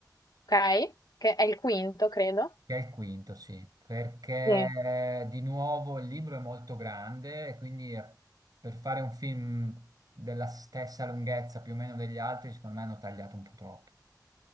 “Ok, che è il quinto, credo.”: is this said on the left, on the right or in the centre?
Left